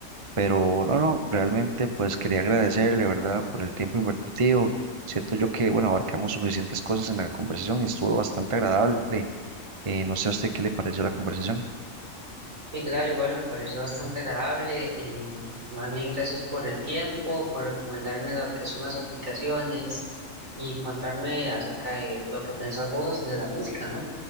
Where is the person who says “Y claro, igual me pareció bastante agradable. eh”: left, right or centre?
Right